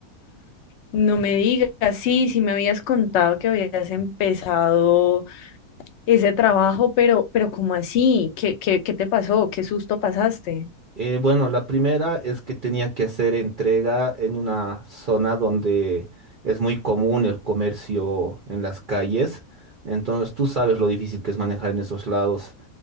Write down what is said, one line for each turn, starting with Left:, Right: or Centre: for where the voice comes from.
Left: No me digas, sí, sí me habías contado que habías empezado ese trabajo, pero, pero ¿cómo así? ¿Qué, qué, qué te pasó? ¿Qué susto pasaste?
Right: Eh, bueno, la primera es que tenía que hacer entrega en una zona donde es muy común el comercio en las calles. Entonces, tú sabes lo difícil que es manejar en esos lados.